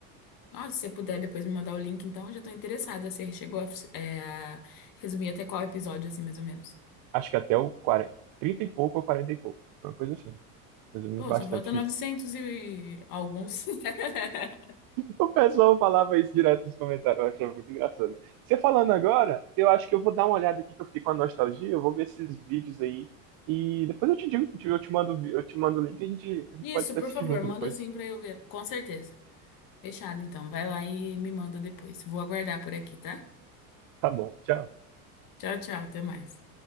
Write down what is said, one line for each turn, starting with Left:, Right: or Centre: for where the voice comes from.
Left: Nossa, se você puder depois me mandar o link, então, eu já tô interessada. Você chegou a, é, a resumir até qual episódio, assim, mais ou menos.
Right: Acho que até o 40, 30 e pouco ou 40 e pouco. Uma coisa assim. Resumi
Left: Pô,
Right: bastante.
Left: só falta 900
Right: Fiz
Left: e alguns. <laughs>
Right: O pessoal falava isso direto nos comentários, eu achava muito engraçado. Você falando agora, eu acho que eu vou dar uma olhada aqui que eu fiquei com a nostalgia, eu vou ver esses vídeos aí e depois eu te digo, eu te eu te mando, o vi- eu te mando o link e a gente, a gente
Left: Isso,
Right: pode assistir
Left: por favor,
Right: junto
Left: manda
Right: depois.
Left: assim pra eu ver. Com certeza. Fechado, então. Vai lá e me manda depois. Vou aguardar por aqui, tá?
Right: Tá bom, tchau.
Left: Tchau, tchau, até mais.